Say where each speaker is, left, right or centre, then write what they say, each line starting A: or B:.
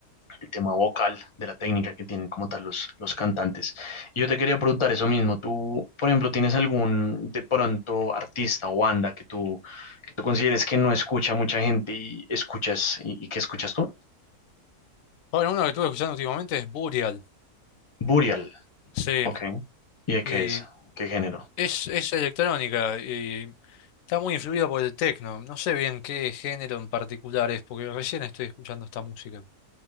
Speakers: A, on the left; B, on the left.
A: el tema vocal, de la técnica que tienen como tal los, los cantantes. Y yo te quería preguntar eso mismo, tú, por ejemplo, ¿tienes algún de pronto artista o banda que tú, que tú consideres que no escucha mucha gente y escuchas, y, y qué escuchas tú?
B: Bueno, uno que estuve escuchando últimamente es Burial,
A: Burial,
B: sí,
A: ok. ¿Y de
B: y
A: qué es? ¿Qué género?
B: es, es electrónica y está muy influida por el techno. No sé bien qué género en particular es, porque recién estoy escuchando esta música.